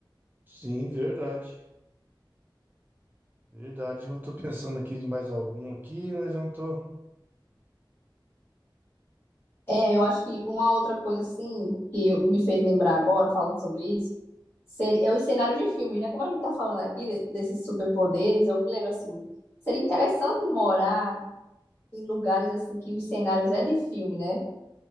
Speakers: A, on the right; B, on the left.
A: Sim, verdade. Verdade. Eu tô pensando aqui de mais algum aqui, mas eu não tô.
B: É, eu acho que uma outra coisa assim que eu- me fez lembrar agora, falando sobre isso, seria, é os cenários de filmes, né? Como a gente tá falando aqui de- desses superpoderes, eu me lembro assim, seria interessante morar em lugares assim que os cenários é de filme, né?